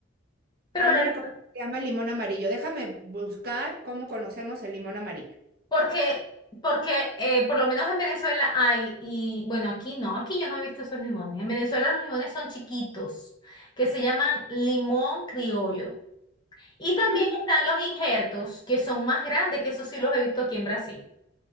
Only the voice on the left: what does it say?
Pero
la-
porque, porque eh, por lo menos en Venezuela hay, y bueno, aquí no, aquí yo no he visto esos limones. En Venezuela los limones son chiquitos, que se llaman limón criollo. Y también
están los injertos, que son más grandes, que esos sí los he visto aquí en Brasil.